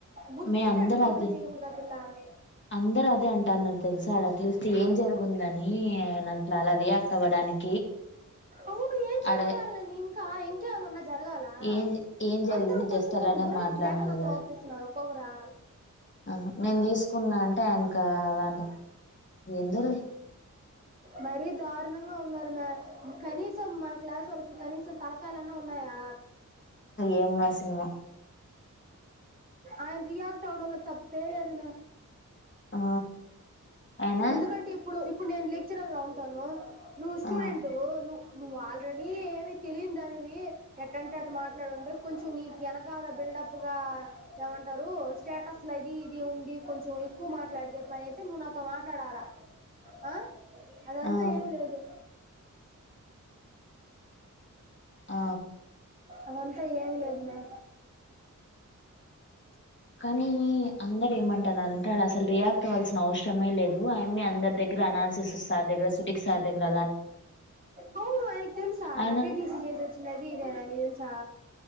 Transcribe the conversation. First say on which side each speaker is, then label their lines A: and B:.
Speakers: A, on the right; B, on the left.
A: బుద్ధి
B: మే
A: ఉంటే
B: అందరు
A: అట్ట పనులు
B: అదే
A: చేయకూడదు ఆ పిల్ల
B: అందరు అదే అంటాన్నారు తెలుసాడు అట్లీస్ట్ ఏం జరుగుందని నట్ అలా రియాక్ట్ అవ్వడానికి
A: అవును ఏం జర
B: ఆడ
A: కళనని ఇంకా ఇ ఇంకేమన్నా జరగాల
B: ఏం ఏం జరిగింది
A: అందరూ కొంచెం
B: జస్ట్ అలానే
A: కొన బుర్రలు
B: మాట్లాడినా
A: లేకుండా
B: కదా
A: ప్రవర్తిస్తున్నారు పొగురా
B: ఆ నేను తీసుకున్నా అంటే ఆయనక అలాంటి ఎందో లే
A: మరి దార్నం గా ఉన్నారు మే కనీసం మన క్లాస్ వాళ్ళకి కనీసం తలకాయలన్న ఉన్నాయా
B: ఏం నా సినిమా
A: ఆయన్ రియాక్ట్ అవడంలో తప్పే లే మే
B: ఆ అయినా
A: ఎందుకంటే ఇప్పుడుప్పు ఇప్ ఇప్పుడు నేను లెక్చరర్గా ఉంటాను నువ్వు స్టూడెంట్
B: ఆ
A: వు ను నువ్వు ఆల్రెడీ ఏమి తెలియందానివి ఎట్టంటే అటు మాట్లాడుండే కొంచెం నీకు వెనకాల బిల్డప్ గా ఏమంటారు స్టేటస్ అది ఇది ఉండి కొంచెం ఎక్కువ మాట్లాడితే పనయితే నువ్వు నాతో మాట్లాడాల ఆ అదంతా
B: ఆ
A: ఏమి లేదు
B: ఆ
A: అదంతా ఏం లేదు మే
B: కానీ అందరేమంటన్నారంటే ఆడ అసల్ రియాక్ట్ అవ్వాల్సిన అవ్సరమే లేదు ఆయమ్మె అందరి దగ్గర అనాలసిస్ సార్ దెగ్ర సుబిక్ సార్ దెగ్ర
A: అవ్ను ఆయ్నక్ తెల్సా
B: ఆయన
A: అత్య తిసి చేసొచ్చిందని అది ఇది అని తా